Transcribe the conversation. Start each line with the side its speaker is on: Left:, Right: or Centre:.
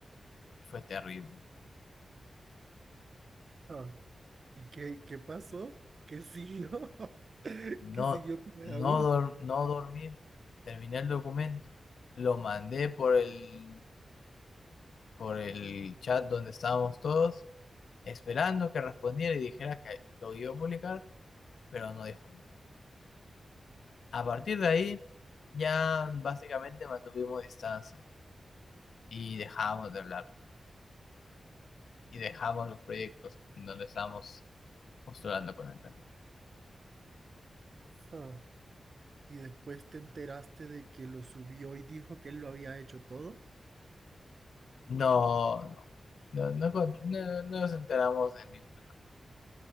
Left: y fue terrible.
Right: Ah, ¿Y qué, qué pasó? ¿Qué siguió? <laughs> ¿Qué
Left: No,
Right: siguió con Raúl?
Left: no, dor- no dormí, terminé el documento, lo mandé por el, por el chat donde estábamos todos, esperando que respondiera y dijera que lo iba a publicar, pero no dijo nada. A partir de ahí ya básicamente mantuvimos distancia y dejamos de hablar y dejamos los proyectos en donde estábamos postulando con él. también.
Right: Ah. y después te enteraste de que lo subió y dijo que él lo había hecho todo,
Left: No, No, no, con- no, no nos enteramos de ningún.